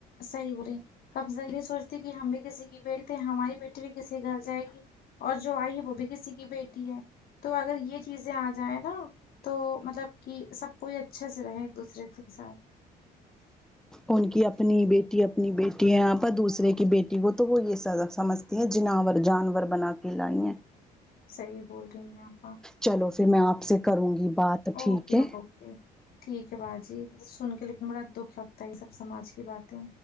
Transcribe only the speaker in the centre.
ان کی اپنی بیٹی اپنی بیٹی ہے آپا دوسرے کی بیٹی کو تو وہ یہ سزا سمجھ ج جناور جانور بنا کے لائی ہے
چلو پھر میں آپ سے کروں گی بات ٹھیک
ہے